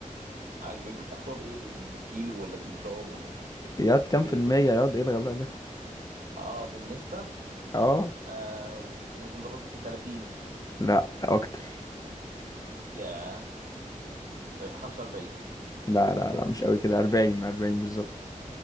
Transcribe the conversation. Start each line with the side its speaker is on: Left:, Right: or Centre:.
Right: بيحسبوها بايه بال- بالكيلو ولا بالجرام ولا بال-
Left: ياض كام
Right: بالايه
Left: في المية ياض الغى بقى ده
Right: اه بالنسبة
Left: اه
Right: آه ممكن يكون بياخد مثلا 30
Left: لا اكتر
Right: يا 45
Left: لا لا لا مش قوي كده 40 40 بالظبط